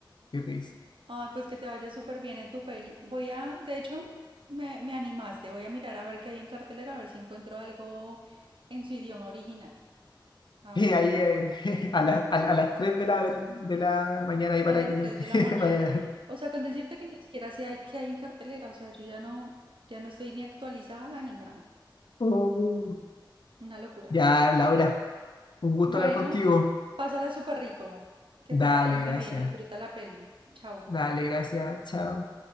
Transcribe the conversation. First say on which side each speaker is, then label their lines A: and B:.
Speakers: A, on the left; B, on the right.
A: qué risa.
B: Ay, pues que te vaya súper bien en tu peli. Voy a, de hecho, me, me animaste, voy a mirar a ver qué hay en cartelera, a ver si encuentro algo en su idioma original. A ver.
A: Eh, ahí en- <laughs> a, las a, a las 3 de la, de la mañana ahí para
B: A las
A: que
B: 3 de la
A: <laughs>
B: mañana.
A: vaya.
B: O sea, con decirte que ni siquiera sé hay- qué hay en cartelera, o sea, yo ya no, ya no estoy ni actualizada ni nada.
A: Oh.
B: Una locura.
A: Ya, Laura, un gusto
B: Bueno,
A: hablar contigo.
B: pásala súper rico. Que
A: Dale,
B: te vaya muy
A: gracias.
B: bien, disfruta la peli. Chau.
A: Dale, gracias. Chao.